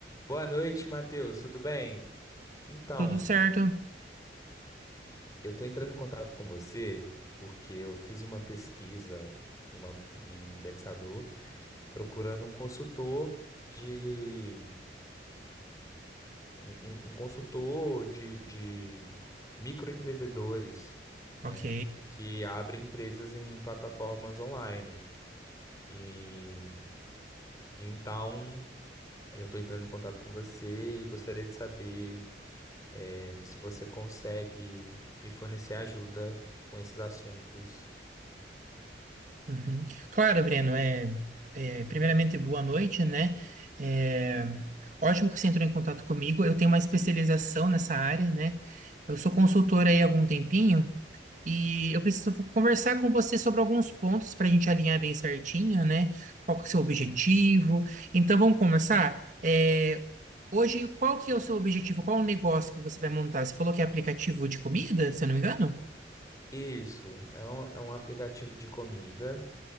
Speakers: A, on the left (about 20°); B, on the right (about 45°).
A: Boa noite, Matheus, tudo bem? Então,
B: Tudo certo.
A: eu estou entrando em contato com você porque eu fiz uma pesquisa em, uma- em um indexador procurando um consultor de um, um- um consultor de, de microempreendedores, né,
B: Ok.
A: que abre empresas em plataformas online. E então Eu estou entrando em contato com você e gostaria de saber eh, se você consegue me fornecer ajuda com esses assuntos.
B: Uhum. Claro, Breno, é, é, primeiramente, boa noite, né? É, ótimo que você entrou em contato comigo. Eu tenho uma especialização nessa área, né? Eu sou consultora aí há algum tempinho e eu preciso conversar com você sobre alguns pontos para a gente alinhar bem certinho, né? Qual que é o seu objetivo? Então, vamos começar? É, hoje, qual que é o seu objetivo? Qual o negócio que você vai montar? Você falou que é aplicativo de comida, se eu não me engano?
A: Isso, é um, é um aplicativo de comida